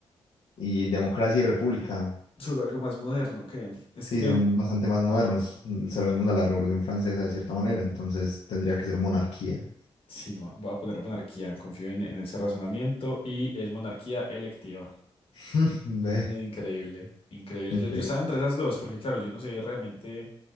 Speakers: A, on the left (about 70°); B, on the left (about 55°).
A: Y democracia y república,
B: Son algo más moderno que es
A: sí,
B: que
A: son bastante más modernos. Mm, Se lo vemos a la Revolución Francesa
B: Ujú.
A: de cierta manera, entonces tendría que ser monarquía.
B: sí, va- voy a poner monarquía. Confío en, en ese razonamiento y es monarquía electiva.
A: <laughs> Ve,
B: No, Increíble, increíble.
A: increíble.
B: Yo, yo estaba entre esas dos porque, claro, yo no sé realmente